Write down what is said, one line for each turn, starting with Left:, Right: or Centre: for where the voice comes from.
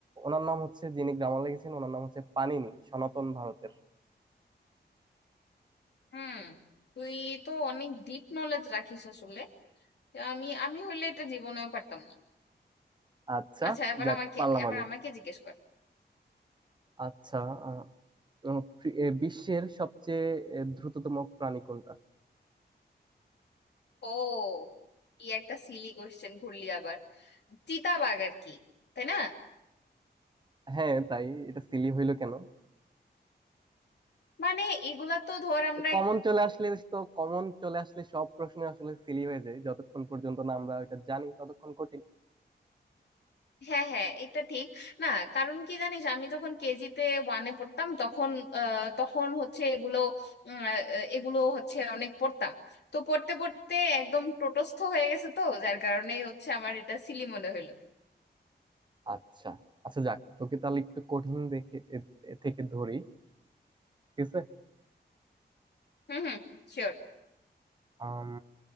Right: ওনার নাম হচ্ছে যিনি গ্রামার লিখেছেন ওনার নাম হচ্ছে পানিনি সনাতন ভারতের
Left: হুম তুই তো অনেক ডিপ নলেজ রাখিস আসলে আমি আমি হইলে এটা জীবনেও পারতাম না
Right: আচ্ছা
Left: আচ্ছা এবার
Right: যাক
Left: আমাকে
Right: পারলাম
Left: এবার
Right: আমি
Left: আমাকে জিজ্ঞেস কর
Right: আচ্ছা আহ, উম, পৃ- এ, বিশ্বের সবচেয়ে এ, দ্রুততম প্রাণী কোনটা
Left: ও কি একটা সিলি কোয়েশ্চেন ঘুরলি আবার চিতাবাঘ আর কি তাই না
Right: হ্যাঁ তাই এটা সিলি হইলো কেন
Left: মানে এগুলা তো ধর আমরা
Right: কমন চলে আসলে তো কমন চলে আসলে সব প্রশ্ন আসলে সিলি হয়ে যায় যতক্ষণ পর্যন্ত না আমরা এটা জানি ততক্ষণ কঠিন
Left: হ্যাঁ হ্যাঁ এটা ঠিক না কারণ কি জানিস আমি যখন কেজিতে ওয়ানে পড়তাম তখন আহ, তখন হচ্ছে এগুলো উম, আহ, এগুলো হচ্ছে অনেক পড়তাম তো পড়তে পড়তে একদম টোটস্থ হয়ে গেছে তো যার কারণেই হচ্ছে আমার এটা সিলি মনে হইলো
Right: আচ্ছা আচ্ছা যাক তোকে তাহলে একটু কঠিন দেখে এ- এ থেকে ধরি ঠিক আছে
Left: হুম হুম শিওর
Right: আম,